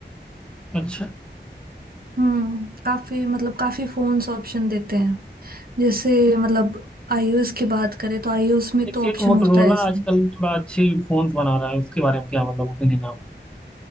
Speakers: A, in the centre; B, on the right.
A: अच्छा
B: हम्म काफी मतलब काफी फोन्स ऑप्शन देते हैं जैसे मतलब आईओएस की बात करें तो आईओएस में
A: एक
B: तो ऑप्शन
A: एक मोटरोला
B: होता है ऐसा
A: आजकल थोड़ा अच्छी फोन बना रहा है उसके बारे में क्या मतलब ओपिनियन आपका